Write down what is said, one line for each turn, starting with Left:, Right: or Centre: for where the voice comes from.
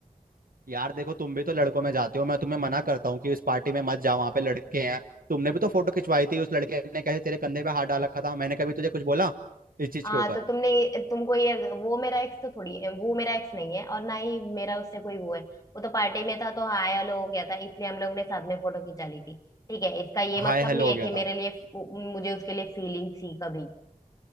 Right: यार देखो तुम भी तो लड़कों में जाते हो मैं तुम्हें मना करता हूँ कि इस पार्टी में मत जाओ वहां पे लड़के हैं तुमने भी तो फोटो खिंचवाई थी उस लड़के ने कैसे तेरे कंधे पे हाथ डाल रखा था मैंने कभी तुझे कुछ बोला इस चीज
Left: हाँ
Right: के ऊपर
Left: तो तुमने तुमको ये वो मेरा एक्स तो थोड़ी है वो मेरा एक्स नहीं है और ना ही मेरा उससे कोई वो है वो तो पार्टी में था तो हाय हेलो हो गया था इसलिए हम लोगों ने साथ में फोटो खिंचा ली थी ठीक है इसका ये
Right: हाय
Left: मतलब
Right: हेलो
Left: नहीं है
Right: हो गया
Left: कि
Right: था
Left: मेरे लिए मुझे उसके लिए फीलिंग थी कभी